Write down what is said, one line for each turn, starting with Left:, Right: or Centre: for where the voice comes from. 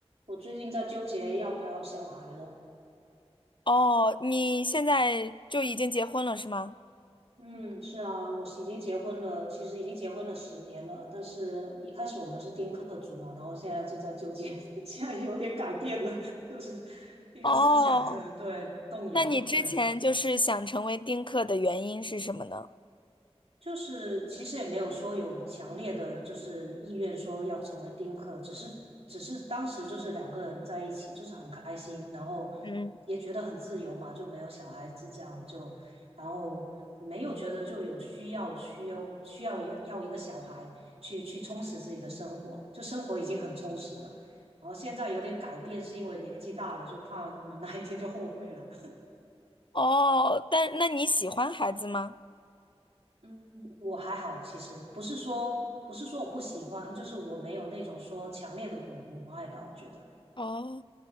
Right: 我最近在纠结要不要小孩了。
Left: 哦，你现在就已经结婚了是吗？
Right: 嗯，是啊，我是已经结婚了，其实已经结婚了十年了，但是一开始我们是丁克族嘛，然后现在就在纠结，<laughs> 现在有点改变了，<laughs> 就是一个思想这对动摇了，
Left: 哦，那你嗯之前就是想成为丁克的原因是什么呢？
Right: 对，就是其实也没有说有强烈的就是意愿说要成为丁克，只是只是当时就是两个人在一起，就是很开心，然后
Left: 嗯，
Right: 也觉得很自由嘛，就没有小孩子这样就，然后没有觉得就有需要需要需要一个要一个小孩去去充实自己的生活，就生活已经很充实了，然后现在有点改变是因为年纪大了，就怕哪一天就后悔了。
Left: 哦，但那你喜欢孩子吗？
Right: 嗯，我还好，其实不是说不是说我不喜欢，就是我没有那种说强烈的母母爱吧，我觉得，
Left: 哦，